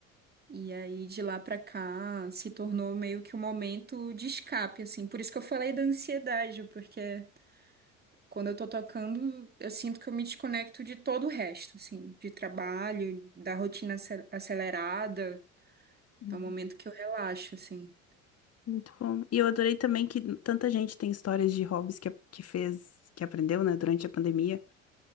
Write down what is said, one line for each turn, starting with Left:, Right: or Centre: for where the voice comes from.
Right: E aí, de lá para cá, se tornou meio que um momento de escape, assim. Por isso que eu falei da ansiedade, porque quando eu tô tocando, eu sinto que eu me desconecto de todo o resto, assim, de trabalho, da rotina ace- acelerada.
Left: Uhum.
Right: É um momento que eu relaxo, assim.
Left: muito bom. E eu adorei também que tanta gente tem histórias de hobbies que, que fez, que aprendeu, né, durante a pandemia.